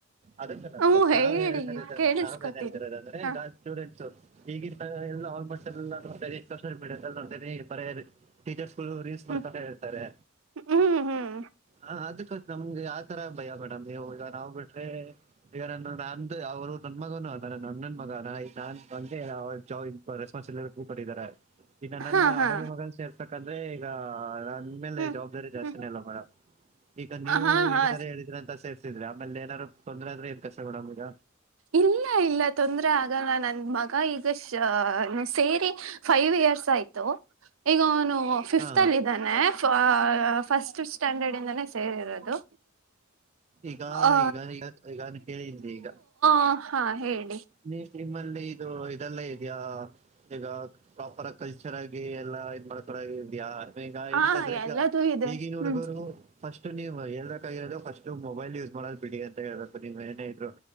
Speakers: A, on the right; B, on the right.
A: ಅದಕ್ಕಲ್ಲ
B: ಹ್ಮ
A: ಮೇಡಮ್
B: ಹೇಳಿ
A: ನಾವ್ ಏನ್ ಹೇತರ
B: ಕೇಳಿಸ್ಕೊತೀನಿ
A: ನಾವ್ ಏನ್ ಹೇಳ್ತರೋದ ಅಂದ್ರೆ
B: ಹಾ
A: ಈಗ ಸ್ಟೂಡೆಂಟ್ಸು ಈಗಿಂದ್ ಇಲ್ಲ ಆಲ್ಮೋಸ್ಟ್ ಎಲ್ಲ ನೋಡ್ತೇನೆ. ಸೋಶಿಯಲ್ ಮೀಡಿಯಾದಲ್ಲಿ ನೋಡ್ತೇನೆ ಬರೀ ಟೀಚರ್ಸ್. ರೀಲ್ಸ್
B: ಹ್ಮ್
A: ಮಾಡ್ತಾನೆ ಇರ್ತಾರೆ.
B: ಹ್ಮ್ ಹ್ಮ್
A: ಹ ಅದಕ್ಕ. ನಮ್ಗೆ ಆತರ ಭಯ ಮೇಡಂ ನೀವು ಈಗ್ ನಾವ್ ಬಿ. ಗೆ ಈಗ ನಂದು ನ್ದ ಅವರು ನನ್ನ ಮಗನು ಅದಾನೆ ನನ್ನನ. ಮಗ ನಾ <unintelligible> <unintelligible> ಪಡಿದ್ದಾರೆ. ಈಗ ನನ್ನ
B: ಹಾ ಹಾ
A: ನನ್ನ ಮಗನ್ ಸೇರ್ತ. ಅಂದ್ರೆ. ಈಗ ನನ್ ಮೇಲೆ
B: ಹ್ಮ್
A: ಜವಾಬ್ದಾರಿ ಜಾಸ್ತಿನೇ
B: ಹ್ಮ್
A: ಅಲ್ವಾ ಮೇಡಮ್? ಈಗ ನೀವು
B: ಹಾ ಹಾ
A: ಈಗ ತರ ಹೇಳಿದ್ರ ಅಂತ ಸೆರ್ಸ್. ಅಮ್ಮೆಲ್ ಏನಾರ. ತೊಂದ್ರೆ ಆದ್ರೆ ಏನ್ ಕಷ್ಟ ಮೇಡಂ ಈಗ.
B: ಇಲ್ಲ ಇಲ್ಲ ತೊಂದ್ರೆ ಆಗಲ್ಲ. ನಂದ ಮಗ ಈಗ ಶ್ ಅ ಸೇರಿ ಫೈವ್ ಇಯರ್ಸ್ ಆಯ್ತು ಈಗ ಅವನು. ಫಿಫ್ತ್
A: ಹಾ
B: ಅಲ್ಲಿ ಇದಾನೆ. ಫ ಅ ಫಸ್ಟ್ ಸ್ಟ್ಯಾಂಡರ್ಡ್ ಇಂದನೇ ಸೇರಿರೋದು.
A: ಈಗ
B: ಆ
A: ಈಗ ಈಗ ಈಗಾನ ಕೇಳಿ ಈಗ.
B: ಹ ಹಾ ಹೇಳಿ.
A: ನೀ ಎಸ್ಟ್ ನಿಮ್ಮಲ್ಲಿ ಇದು ಇದೆಲ್ಲ ಇದ್ಯಾಈಗ ಪ್ರಾಪರ್ ಕಲ್ಚರ್ ಆಗಿ ಎಲ್ಲಾ ಇದ್ ಮಾಡ್ಕೊಳಕ್ ಇದ್ಯಾ? ಈಗ
B: ಹಾ
A: ಏನಕಂದ್ರೆ ಈಗ
B: ಎಲ್ಲದೂ ಇದೆ
A: ಈಗಿನ ಹುಡುಗುರ್ಗು
B: ಹ್ಮ್
A: ಫಸ್ಟ್ ನೀವ್ ಹೇಳ್ಬೇಕಾಗಿರೋದು ಫಸ್ಟ್ ಮೊಬೈಲ್ ಯೂಸ್ ಮಾಡದು ಬಿಡಿ ಅಂತ ಹೇಳ್ಬೇಕು. ನೀವ್ ಏನ ಇದ್ರು